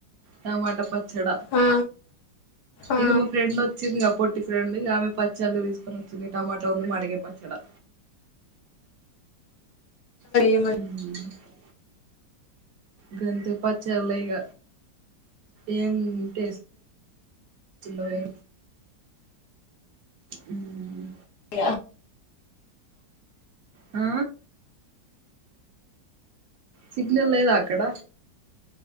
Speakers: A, on the right; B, on the left.
A: టమాటా పచ్చడ
B: ఆ ఆ
A: ఇగ మా ఫ్రెండ్ ఒచ్చింది గా పొట్టి ఫ్రెండ్ ఇగ ఆమె పచ్చళ్ళు తీసుకొని ఒచ్చింది టమాటా ఉన్ను మడికాయ్ పచ్చడా మ్
B: ఏమని
A: గంతే పచ్చళ్లే ఇగ ఏంటేస్ చిన్నది ఉమ్
B: య్య
A: ఆ సిగ్నల్ లేదా అక్కడ